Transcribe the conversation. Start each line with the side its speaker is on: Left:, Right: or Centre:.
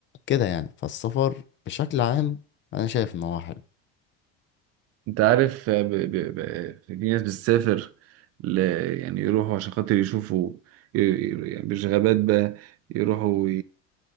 Left: كده يعني فالسفر بشكل عام انا شايف ان هو حلو
Right: أنت عارف ب... ب... ب... في ناس بتسافر ل... يعني يروحوا عشان خاطر يشوفوا ي... ي- يعني مش غابات بقى يروحوا